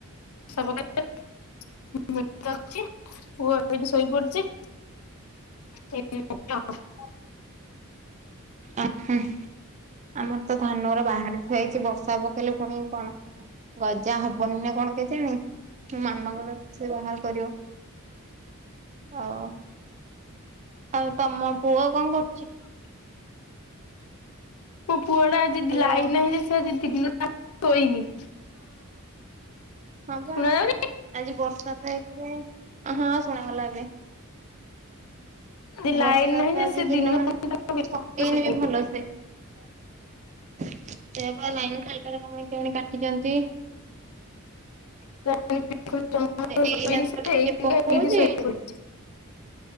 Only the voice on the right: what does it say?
ଅ ହୁଁ। ଆମର ତ ଧାନ ଗୁରା ବାହାରେ ଥୁଆ ହେଇଛି ବର୍ଷା ପକେଇଲେ ପୁଣି କଣ ଗଜା ହବନି ନା କଣ କେଜାଣି। ମାମା କୁ ଡାକେ ସେ ବାହାର କରିବ। ଅ ଆଉ ତମ ପୁଅ କଣ କରୁଚି?
ହ୍ୟାଲୋ
ହଁ ପା।
ଆଜି ବର୍ଷା ତ ଏକ ରେ ହଁ ଶୁଣାଗଲା ଏବେ।
ବର୍ଷା
ତ
ଆଜି
ଦିନ ମାନ
ପକେଇନି
ବି ଭଲସେ। ସେଇଆ ପା ଲାଇନ ଖାଲି ଟାରେ କଣ ପାଇଁ କେଜାଣି କାଟିଛନ୍ତି।
ଏଇନା ତ ଟିକେ ପକଉଛି